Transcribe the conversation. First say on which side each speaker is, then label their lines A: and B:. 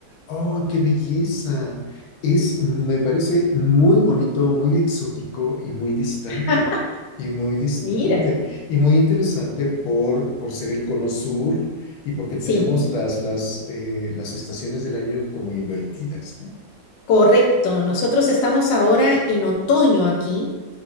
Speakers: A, on the left; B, on the left.
A: Oh, qué belleza. Es, me parece muy bonito, muy exótico y muy distante.
B: <laughs>
A: Y muy distante.
B: Mira.
A: Y muy interesante por, por ser el cono sur y porque tenemos
B: Sí.
A: las, las, eh, las estaciones del año como invertidas, ¿no?
B: Correcto, nosotros estamos ahora en otoño aquí,